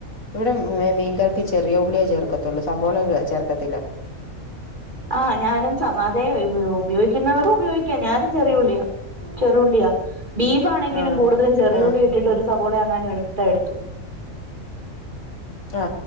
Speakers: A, on the left; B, on the right.
A: ഇവിടെമിമീൻകറിക്ക് ചെറിയ ഉള്ളിയേ ചേർക്കത്തൊള്ള് സവോള ചേർക്കത്തില്ല
B: ആഹ് ഞാനും സമാതേ ഉപയോഗിക്കുന്നവറ് ഉപയോഗി ഞാനും ചെറിയ ഉള്ളിയാ ചെറുവുള്ളിയാ ബീഫാണെങ്കിലും
A: ആഹ്
B: കൂടുതലും ചെറിയുള്ളിയിട്ടിട്ട്
A: ആഹ്
B: ഒരു സവോളയെങ്ങാനുംഎടുത്താഎടുത്തു
A: ആ